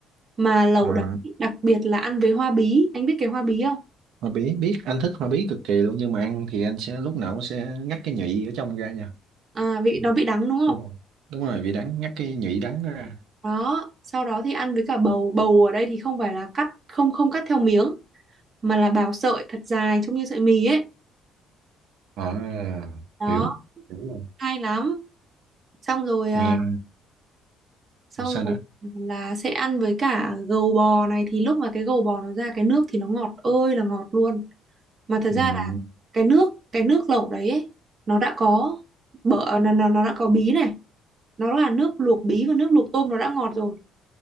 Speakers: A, on the right (about 35°); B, on the right (about 75°).
A: mà lẩu
B: à
A: đấy đặc biệt là ăn với hoa bí anh biết cái hoa bí không
B: hoa bí biết anh thích hoa bí cực kỳ luôn nhưng mà ăn thì anh sẽ lúc nào cũng sẽ ngắt cái nhụy ở trong ra nha
A: À, vị nó bị đắng đúng không?
B: đúng không đúng rồi vị đắng ngắt cái nhụy đắng đó ra
A: Đó, sau đó thì ăn với cả bầu. Bầu ở đây thì không phải là cắt không không cắt theo miếng mà là bào sợi thật dài trông như sợi mì ấy.
B: à,
A: Đó,
B: hiểu hiểu luôn
A: hay lắm. Xong rồi à,
B: nghe
A: xong
B: sao
A: rồi
B: nữa
A: là sẽ ăn với cả gầu bò này thì lúc mà cái gầu bò nó ra cái nước thì nó ngọt ơi là ngọt luôn. Mà thật
B: ừ,
A: ra là cái nước cái nước lẩu đấy ấy, nó đã có bở à, nó, nó nó đã có bí này, nó là nước luộc bí và nước luộc tôm nó đã ngọt rồi